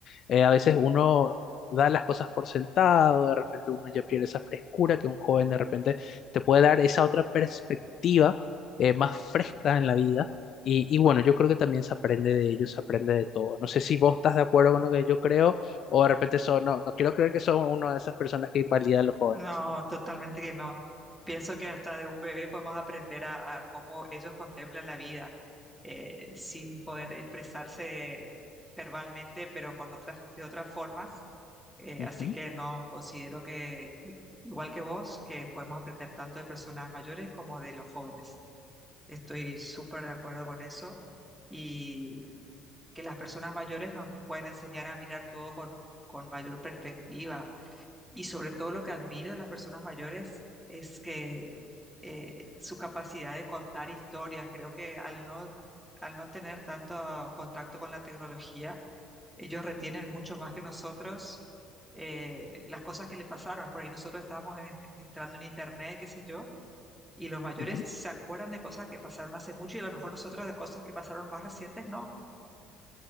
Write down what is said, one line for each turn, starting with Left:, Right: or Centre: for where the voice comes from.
Left: eh, a veces uno da las cosas por sentado, de repente uno ya pierde esa frescura que un joven de repente te puede dar esa otra perspectiva eh, más fresca en la vida. Y, y bueno, yo creo que también se aprende de ellos, se aprende de todo. No sé si vos estás de acuerdo con lo que yo creo o de repente son, no, no quiero creer que son una de esas personas que invalidan a los jóvenes.
Centre: No, totalmente que no. Pienso que hasta de un bebé podemos aprender a, a cómo ellos contemplan la vida, eh, sin poder expresarse verbalmente, pero con otras, de otras formas. Eh,
Left: Ujú,
Centre: así que no, considero que, i- igual que vos, que podemos aprender tanto de personas mayores como de los jóvenes. Estoy súper de acuerdo con eso y que las personas mayores nos pueden enseñar a mirar todo con, con mayor perspectiva y sobre todo lo que admiro de las personas mayores es que eh, su capacidad de contar historias, creo que al no, al no tener tanto contacto con la tecnología, ellos retienen mucho más que nosotros eh, las cosas que le pasaron. Por ahí nosotros estábamos en- en- entrando en internet, qué sé yo, y los mayores
Left: ujú.
Centre: se acuerdan de cosas que pasaron hace mucho y a lo mejor nosotros de cosas que pasaron más recientes, no.